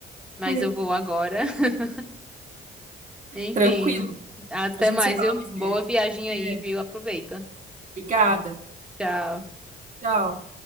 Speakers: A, in the centre; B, on the right.
A: mas
B: <laughs>
A: eu vou agora. <laughs> Enfim,
B: Tranquilo.
A: até
B: A gente
A: mais,
B: se fala
A: viu?
B: mais
A: Boa
B: tarde.
A: viagem
B: É.
A: aí, viu? Aproveita.
B: Obrigada.
A: Tchau.
B: Tchau.